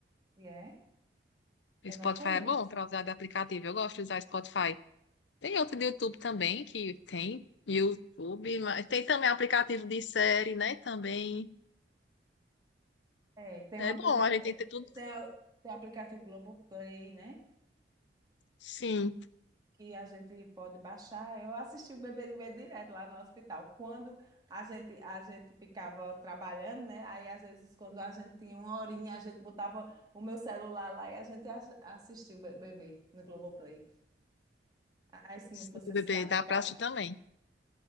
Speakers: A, on the right; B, on the left.
A: e é?
B: O
A: Eu não
B: Spotify
A: conheço.
B: é bom para usar de aplicativo. Eu gosto de usar Spotify. Tem outro do YouTube também que tem YouTube, mas tem também aplicativo de série, né? Também
A: É, tem
B: é
A: um aplicativo,
B: bom, a gente tem que ter tudo.
A: tem, a- tem o aplicativo Globoplay, né?
B: Sim,
A: que a gente pode baixar. Eu assisti o Bebê do Medo direto lá no hospital. Quando a gente a gente ficava trabalhando, né? Aí às vezes quando a gente tinha uma horinha, a gente botava o meu celular lá e a gente ass- assistia o Be- Bebê no Globoplay. Ai, se
B: sim,
A: não fosse
B: bebê,
A: esses aplicativos,
B: dá pra assistir também.